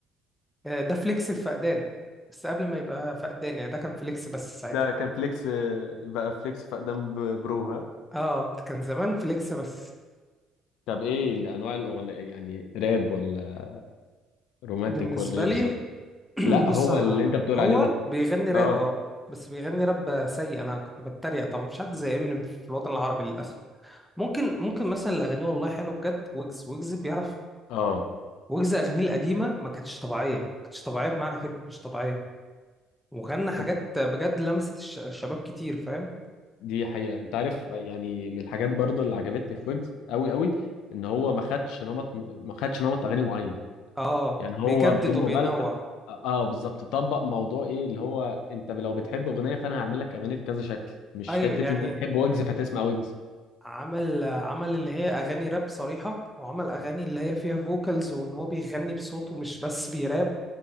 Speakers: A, in the centre; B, on the left (about 85°).
A: آه، ده فليكس الفقدان بس قبل ما يبقى فقدان يعني ده كان فليكس بس ساعتها
B: ده كان فليكس آه، بقى فليكس فقدام ب- برو ها
A: اه كان زمان فليكس بس
B: طب ايه انواع الاغنيه يعني راب ولا رومانتيك
A: بالنسبة
B: ولا ولا ايه ايه
A: لي
B: بالظبط
A: <clears throat>
B: لا
A: بص
B: هو
A: انا
B: اللي انت بتقول
A: هو
B: عليه ده
A: بيغني راب
B: اه
A: اه بس بيغني راب سيء انا كنت بتريق طبعا مش حد زي امينيم في الوطن العربي للاسف ممكن ممكن مثلا اللي اغانيه والله حلو بجد ويجز ويجز بيعرف
B: اه
A: ويجز اغانيه القديمة ما كانتش طبيعية ما كانتش طبيعية بمعنى كلمة مش طبيعية وغنى حاجات
B: أنت-
A: بجد لمست الش- الشباب كتير فاهم
B: دي حقيقة انت عارف يعني من الحاجات برضو اللي عجبتني في ويجز قوي قوي ان هو ما خدش نمط ما خدش نمط اغاني معين
A: اه
B: يعني
A: بيجدد
B: هو بدون مبالغه
A: وبينوع
B: اه بالظبط طبق موضوع ايه اللي هو انت لو بتحب اغنيه فانا هعمل لك اغاني بكذا شكل مش
A: ايوه
B: حته
A: يعني
B: انت بتحب ويجز فهتسمع ويجز
A: عمل عمل اللي هي اغاني راب صريحه وعمل اغاني اللي هي فيها فوكالز وان هو بيغني بصوته مش بس بيراب